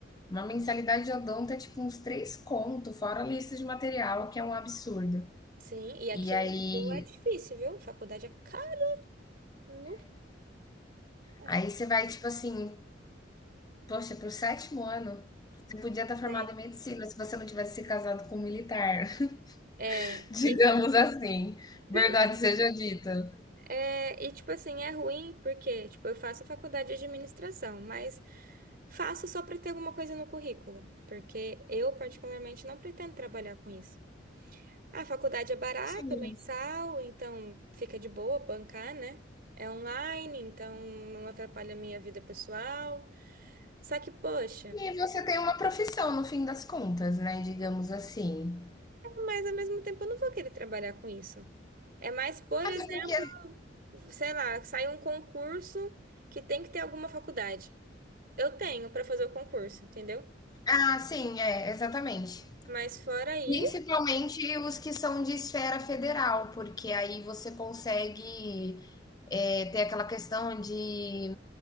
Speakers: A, on the left; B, on the right.
A: uma mensalidade de odonto é, tipo, uns 3 conto, fora a lista de material, que é um absurdo.
B: Sim, e aqui
A: E aí
B: no Sul é difícil, viu? Faculdade é caro. No... É.
A: aí você vai, tipo assim, poxa, pro sétimo ano, você podia estar formado
B: Sei.
A: em medicina se você não tivesse se casado com um militar,
B: É,
A: <laughs> digamos
B: e tipo,
A: assim, verdade
B: mas
A: seja dita.
B: é, e tipo assim, é ruim porque, tipo, eu faço faculdade de administração, mas faço só para ter alguma coisa no currículo, porque eu particularmente não pretendo trabalhar com isso. A faculdade é barata,
A: Sim.
B: mensal, então fica de boa bancar, né? É online, então não atrapalha a minha vida pessoal. Só que, poxa,
A: E você tem uma profissão no fim das contas, né, digamos assim.
B: Mas ao mesmo tempo eu não vou querer trabalhar com isso. É mais, por
A: Até
B: exemplo,
A: porque,
B: sei lá, sai um concurso que tem que ter alguma faculdade. Eu tenho para fazer o concurso, entendeu?
A: ah, sim, é, exatamente.
B: Mas fora isso,
A: Principalmente os que são de esfera federal, porque aí você consegue é, ter aquela questão de